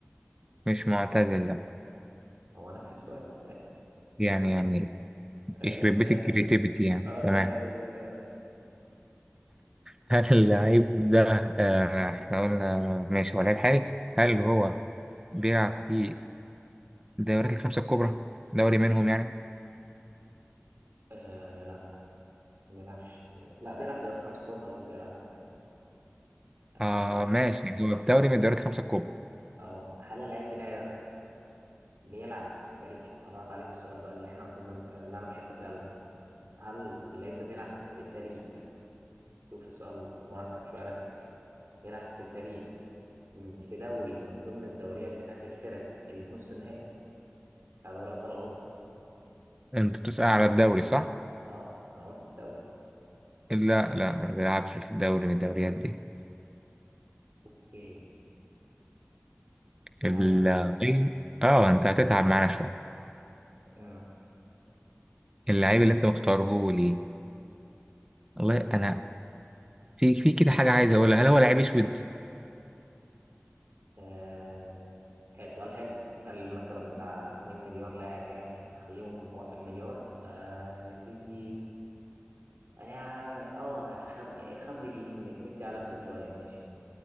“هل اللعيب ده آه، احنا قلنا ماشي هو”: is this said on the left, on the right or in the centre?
Right